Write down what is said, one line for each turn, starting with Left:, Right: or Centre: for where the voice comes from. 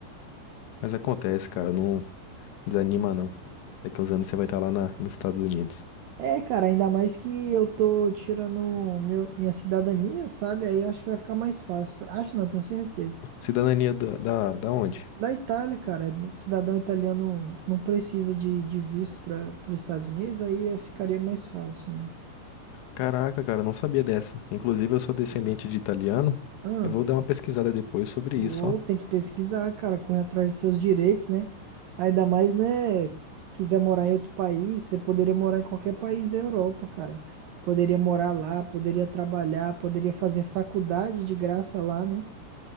Left: Mas acontece, cara, não desanima não. Daqui uns anos você vai estar lá na, nos Estados Unidos.
Right: É, cara, ainda mais que eu tô tirando meu- minha cidadania, sabe? Aí eu acho que vai ficar mais fácil. Acho não, tenho certeza.
Left: Cidadania da, da, da onde?
Right: Da Itália, cara, né, cidadão italiano não precisa de, de visto para os Estados Unidos, aí eh, ficaria mais fácil, né?
Left: Caraca, cara, eu não sabia dessa. Inclusive, eu sou descendente de italiano.
Right: Ah,
Left: Eu vou dar uma pesquisada depois sobre
Right: Ou
Left: isso, ó.
Right: tem que pesquisar, cara, correr atrás de seus direitos, né? Ainda mais, né? Quiser morar em outro país, você poderia morar em qualquer país da Europa, cara. Poderia morar lá, poderia trabalhar, poderia fazer faculdade de graça lá, né?